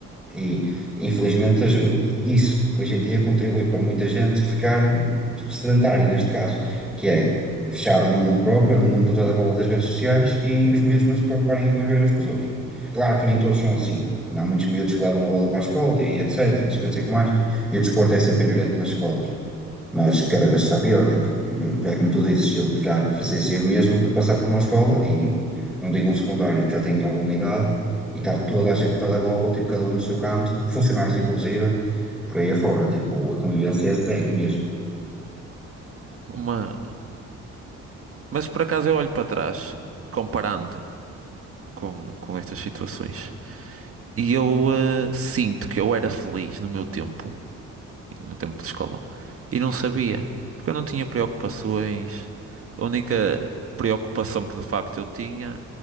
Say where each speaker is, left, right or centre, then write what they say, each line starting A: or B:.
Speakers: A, in the centre; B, on the right.
A: E infelizmente as- isso hoje em dia contribui para muita gente ficar sedentária, neste caso, que é fechada no mundo próprio, no mundo do telemóvel das redes sociais e os miúdos não se preocuparem em conviverem uns com os outros. Claro que nem todos são assim. Há muitos miúdos que levam a bola para a escola e etc, e não sei o que não sei o que mais. E o desporto é sempre inerente nas escolas. Mas cada vez está pior, porque é como tu dizes, eu já precisei eu mesmo de passar por uma escola, e não digo um secundário, que já tenho alguma idade, e estar toda a gente no telemóvel, tipo, cada um no seu canto, funcionários inclusive, por aí afora, tipo, a convivência é zero mesmo.
B: Uma... Mas por acaso eu olho para trás, comparando com, com estas situações, e eu eh, sinto que eu era feliz no meu tempo no tempo de escola. E não sabia, porque eu não tinha preocupações. A única preocupação que de facto eu tinha